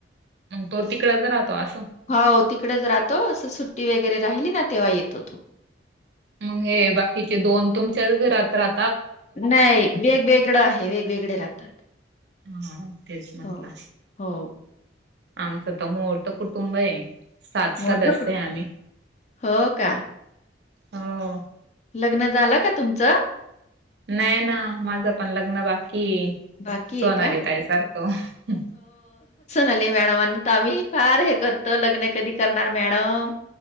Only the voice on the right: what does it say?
तो तिकडच राहतो असं
मग हे बाकीचे दोन तुमच्याच घरात राह
हा तेच म्हंटलं
आमचं तर मोठं कुटुंब आहे सात
सदस्य
आहे आम्ही
हो
नाही ना माझं पण लग्न बाकी कि
सोनालीे
ताई आहे सारखं